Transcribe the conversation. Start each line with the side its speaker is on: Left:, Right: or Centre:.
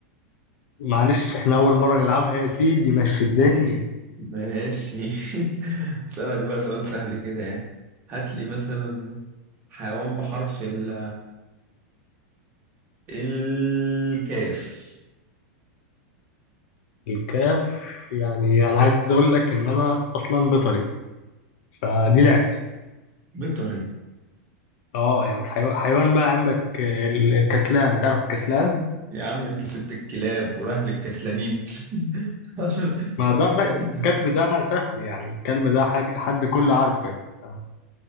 Left: معلش احنا اول مرة نلعبها يا سيدي مشي الدنيا
Right: ماشي <laughs> اسألك بقى سؤال سهل كده يعني هات لي مثلا حيوان بحرف ال الكاف
Left: الكاف يعني انا عايز اقول لك ان انا اصلا بيطري فدي لعبتي
Right: بيطري
Left: اه يعني حيو- حيوان بقى عندك ال- الكسلان تعرف الكسلان
Right: يا عم انت سبت الكلاب ورايح للكسلانين <laughs> عشان
Left: ما
Right: طب
Left: ده
Right: انت
Left: لك الكلب
Right: بيطري
Left: ده سهل يعني الكلب ده حاجة حد كله عارفه يعني ف-